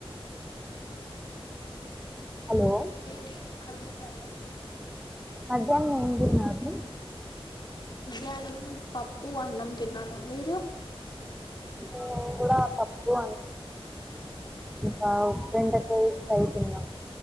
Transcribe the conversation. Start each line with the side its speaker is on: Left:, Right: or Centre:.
Centre: హలో
Left: ఏంటి అర్ధం కాల
Centre: మధ్యాహ్నం ఏం తినవు అబి
Left: మధ్యాహ్నం పప్పు అన్నం తిన్నాను మీరు
Centre: మేము కూడా పప్పు అన్నం ఇంకా బెండకాయ ఫ్రై తినం